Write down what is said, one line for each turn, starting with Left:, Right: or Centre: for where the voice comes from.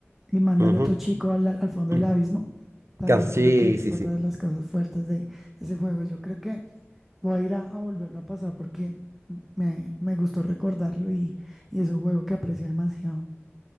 Centre: y manda
Right: Ujú.
Centre: al otro chico al, al fondo
Right: <clears throat>
Centre: del abismo, también
Right: Que- Sí,
Centre: creo que es
Right: sí,
Centre: otra
Right: sí.
Centre: de las cosas fuertes de ese juego. Yo creo que voy a ir a, a volverlo a pasar porque me, me gustó recordarlo y, y es un juego que aprecio demasiado.